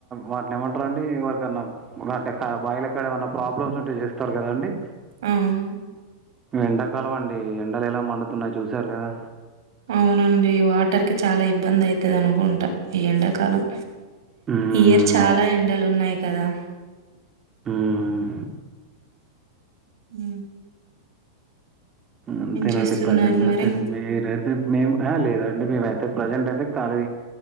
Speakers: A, on the right (about 15°); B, on the right (about 75°).
A: వాటిని ఏమంటారండి ఎవరికన్నా వంటే కా బయిలక్కడ ఏమైన్నా ప్రాబ్లమ్స్ ఉంటే చేస్తారు కదాండి
B: ఆవున్
A: ఎండాకాలం అండి ఎండలు ఎలా మండుతున్నాయి చూసారు కదా
B: అవునండి వాటర్ కి చాలా ఇబ్బంది అవుతది అనుకుంటా ఈ ఎండాకాలం
A: మ్మ్,
B: ఇయర్ చాలా ఎండలు ఉన్నాయి కదా
A: ఉమ్
B: ఉ
A: అంతేనండి
B: చేస్తున్నారు
A: ప్రజెంట్ అయితే
B: మరి?
A: మీరు ఏద్ మేం మేము అహ లేదండి మేమయితే ప్రజెంట్ అయితే కాలీ